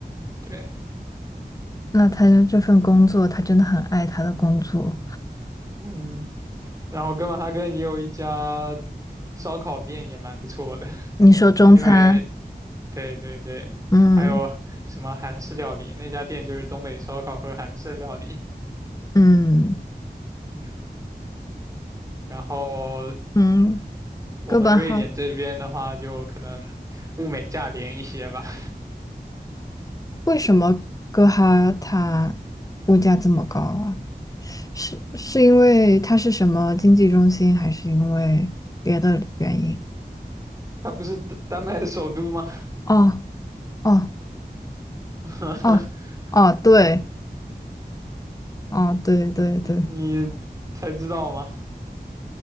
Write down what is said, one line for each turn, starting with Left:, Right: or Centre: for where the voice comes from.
Right: 对，
Left: 那他这份工作，他真的很爱他的工作。
Right: 嗯，然后哥本哈根也有一家烧烤店，也蛮不错的，
Left: 你说中餐，
Right: 因为对对对，
Left: 嗯
Right: 还有什么韩式料理？那家店就是东北烧烤和韩式料理。
Left: 嗯
Right: 嗯，然后
Left: 嗯，
Right: 我们瑞典这边的话，
Left: 哥本哈
Right: 就可能物美价廉一些吧。<laughs>
Left: 为什么哥哈它物价这么高啊？是是因为它是什么经济中心，还是因为别的原因？
Right: 它不是丹丹麦的首都吗？
Left: 哦哦
Right: <laughs>
Left: 哦哦，对，哦对对对，
Right: 你你才知道吗？